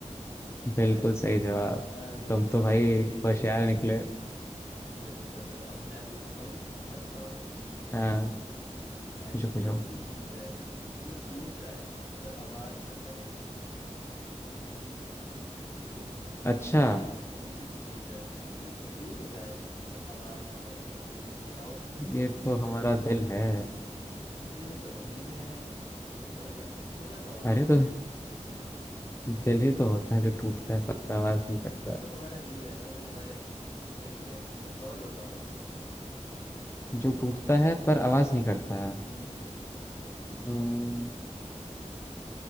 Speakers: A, on the left (about 45°); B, on the left (about 20°).
A: शायद
B: बिल्कुल सही जवाब
A: अरे
B: तुम तो भाई
A: <laughs>
B: होशियार निकले
A: चलो चलो अब मैं पूछता हूँ अच्छा वाला कुछ
B: हाँ
A: ऐसी
B: पूछो
A: कौन
B: पूछो
A: सी चीज है जो टूट जाए पर आवाज ना करे फिर से सुनो
B: अच्छा
A: ऐसी कौन सी चीज है जो टूट जाए पर आवाज ना करे बताओ ऐसी कौन
B: ये
A: सी
B: तो
A: चीज
B: हमारा
A: है
B: दिल है
A: दिल तो नहीं है थोड़ा तो थोड़ा सा और
B: अरे
A: अच्छे
B: तो
A: से <laughs>
B: दिल ही तो होता है जो टूटता है पर आवाज नहीं करता
A: वो तो
B: है
A: हमारा दिल है ना वो हमारे अं- अंदर ही है कुछ और बताओ
B: जो टूटता है पर आवाज नहीं करता है
A: हम्म
B: हम्म,